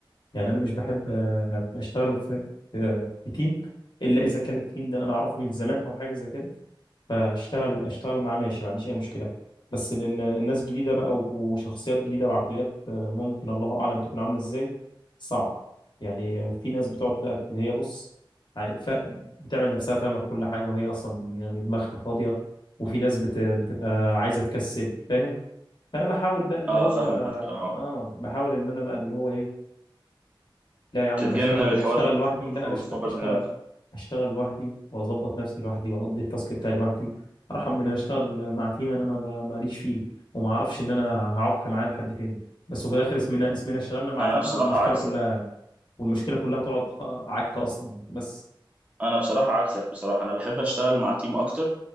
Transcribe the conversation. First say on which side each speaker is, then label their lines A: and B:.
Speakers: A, on the left; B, on the right.
A: يعني انا مش بحب آه، اشتغل في في في تيم الا اذا كان التيم ده انا اعرفه من زمان او حاجه زي كده فاشتغل اشتغل معاه ماشي ما عنديش اي مشكله بس لان الناس جديده بقى و- وشخصيات جديده وعقليات آه، ممكن الله اعلم تكون عامله ازاي صعب يعني آه، في ناس بتقعد بقى اللي هي بص عاي- ف- بتعمل نفسها فاهمه في كل حاجه وهي اصلا يعني دماغها فاضيه وفي ناس بت... بتبقى عايزه تكسل فاهم فانا بحاول بقى اللي
B: اه
A: هو
B: فاهمك اه
A: اه بحاول ان انا بقى اللي هو ايه لا يا عم
B: تتجنب
A: انا اشتغل
B: الحوار
A: اشتغل
B: ده
A: لوحدي
B: كله
A: لا انا
B: وتكبر
A: أشت- اشتغل
B: دماغك
A: اشتغل لوحدي واظبط نفسي لوحدي واقضي التاسك بتاعي لوحدي ارحم من ان انا اشتغل مع تيم انا ما- ما- ماليش فيه وما اعرفش ان انا هعق معاه لحد فين بس وفي الاخر اسمنا اسمنا اشتغلنا مع
B: انا
A: تيم
B: بصراحة
A: والمشكله
B: عكسك
A: كلها والمشكله كلها طلعت عكه اصلا بس
B: انا بصراحة عكسك بصراحة انا بحب اشتغل مع تيم اكتر